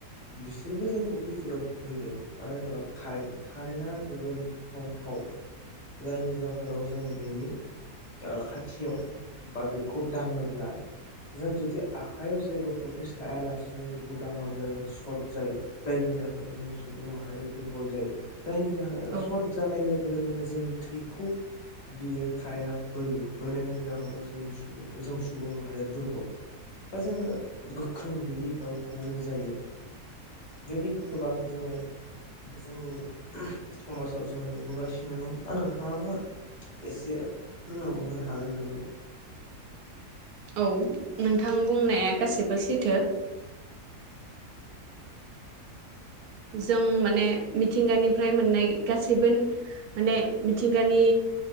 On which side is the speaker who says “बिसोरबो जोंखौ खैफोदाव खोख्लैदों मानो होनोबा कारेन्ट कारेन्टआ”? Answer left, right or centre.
Left